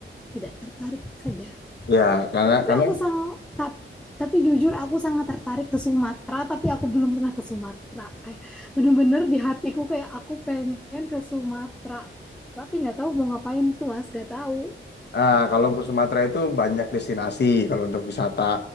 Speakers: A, in the centre; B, on the left.
A: tidak tertarik saja.
B: Ya, karena
A: Tapi
B: karena
A: aku sang tap- tapi jujur aku sangat tertarik ke Sumatera, tapi aku belum pernah ke Sumatera. Kayak bener-bener di hatiku kayak aku pengen ke Sumatera. Tapi nggak tahu mau ngapain tuh, Mas, nggak tahu.
B: Ah, kalau ke Sumatera itu banyak destinasi kalau untuk wisata.